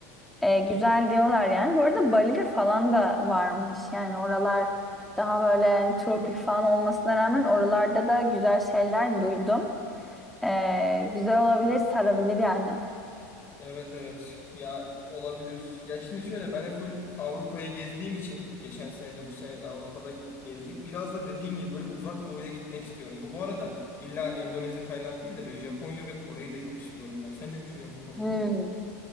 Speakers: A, in the centre; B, on the left (about 25°).
A: E, güzel diyorlar yani. Bu arada Bali'de falan da varmış. Yani oralar daha böyle yani tropik falan olmasına rağmen oralarda da güzel şeyler duydum. E, güzel olabilir, sarabilir yani.
B: Evet evet ya olabilir. Ya şimdi şöyle ben de full Avrupa'yı gezdiğim için geçen sene de bu sene de Avrupa'da gezdik. Biraz da dediğin gibi böyle uzak doğuya gitmek istiyorum. Bu bu arada illa Endonezya, Tayland değil de böyle Japonya ve Kore'yi de çok istiyorum ben. Sen ne düşünüyorsun bu konuda?
A: Hmm.